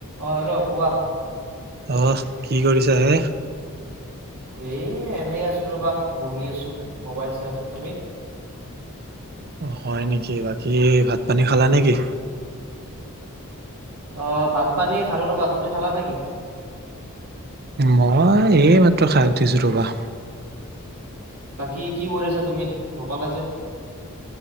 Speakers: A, on the right (about 85°); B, on the right (about 45°).
A: অঁ হেল্ল' কোৱা
B: অঁহ, কি কৰিছা হে?
A: এই! এনেই আছো ৰবা, বহি আছো, মোবাইল চাই আছো তুমি?
B: হয় নেকি, বাকী ভাত পানী খালা নেকি?
A: অ'! ভাত পানী খালো ৰ'বা, তুমি খালা নেকি?
B: মই, এই মাত্ৰ খাই উঠিছো ৰ'বা।
A: বাকী, কি কৰিছা তুমি নকলা যে?